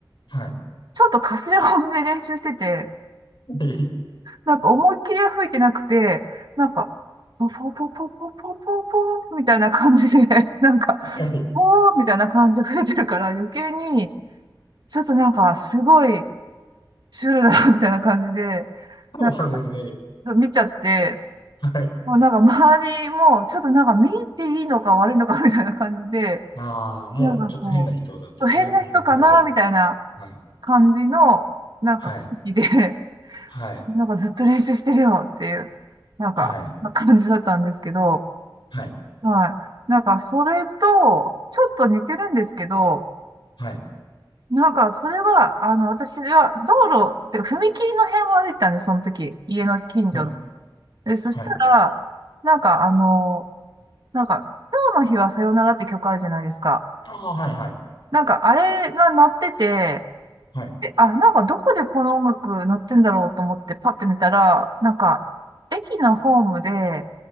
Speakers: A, on the left; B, on the right.
A: はい。
B: ちょっとかすれ音で練習してて、
A: はい。
B: なんか思いっきりは吹いてなくて、なんか、ポポポポポポポポみたいな感じで、<laughs> なんか、
A: はい。
B: ポーみたいな感じで吹いてるから余計に、ちょっとなんかすごいシュールだな、みたいな感じで、なんか
A: そうですね。
B: 見ちゃって、
A: はい。
B: もうなんか周りも、ちょっとなんか見ていいのか悪いのかみたいな感じで、
A: ああ、もうちょっと変な人だとね、
B: なんかこう、そう変な人かな、
A: 思い始めて。
B: みたいな。
A: はい、
B: 感じの、なんか、
A: はい、
B: 空気で、
A: はい、
B: <laughs> なんかずっと練習してるよっていう、なんか、
A: はい、
B: 感じだったんですけど、
A: はい、
B: はい。なんか、それと、ちょっと似てるんですけど、
A: はい、
B: なんか、それは、あの、私は、道路、てか、踏切の辺を歩いてたんで、その時、家の近所の。
A: はい、
B: で、そしたら、
A: はい。
B: なんか、あの、なんか、今日の日はさよならって曲あるじゃないですか。
A: ああ、はい、はい、
B: なんか、あれが鳴ってて、
A: はい、
B: えあ、なんかどこでこの音楽鳴ってんだろうと思ってパッて見たら、なんか駅のホームで、